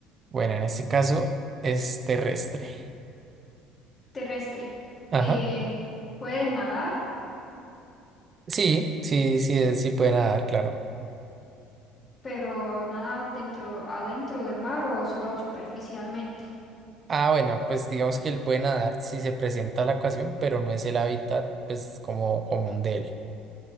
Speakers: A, on the right; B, on the left.
A: Bueno, en este caso es terrestre.
B: Terrestre.
A: Ajá.
B: Eh, ¿puede nadar?
A: Sí, sí, sí, eh, sí puede nadar, claro.
B: pero nada dentro, adentro del mar o solo superficialmente.
A: Ah, bueno, pues digamos que él puede nadar si se presenta la ocasión, pero no es el hábitat, pues, como común de él.